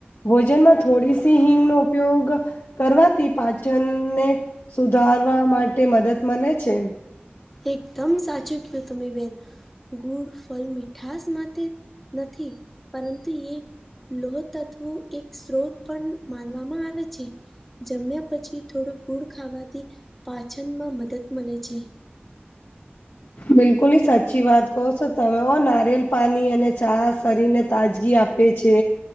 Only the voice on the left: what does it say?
ભોજનમાં થોડી સી હિંગનો, ઉપયોગ કરવાથી પાચનન સુધારવા માટે મદદ મળે છે.
બિલકુલ સાચી વાત કહો છો તમે ઓ નારિયેલ પાણી અને ચા શરીરને તાજગી આપ છે,